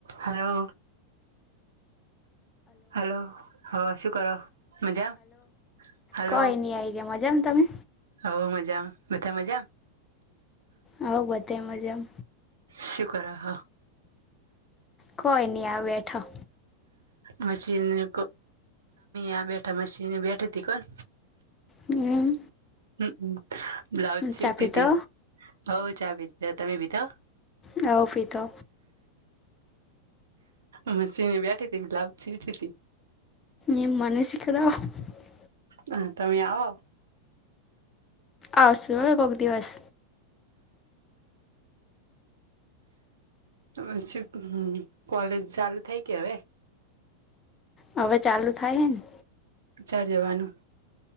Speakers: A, on the right; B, on the left.
A: હલો હલો હ શું કરો મજા? હલો
B: કઈ ની આઇજા મજામા તમે?
A: હ મજામા બધા મજામ
B: હ બધે મજામ
A: શું કરે હ
B: કોઈ નઈ આ બેઠા
A: મશીન ને આ બેઠા મશીન બેઠી હતી
B: હમ
A: હમ બ્લાઉસ સીવતી
B: ચા પીધો
A: તી બોવ ચા પી તમે પીધા?
B: હા, પીધો
A: મશીને બેઠી હતી બ્લાઉઝ સીવતી હતી
B: એમ <unintelligible>
A: હ, તમે આવો
B: આવશું હ કોઈક દિવસ
A: પછી કોલેજ ચાલુ થઈ કે હવે?
B: હવે ચાલુ થાહેને
A: ક્યારે જવાનું?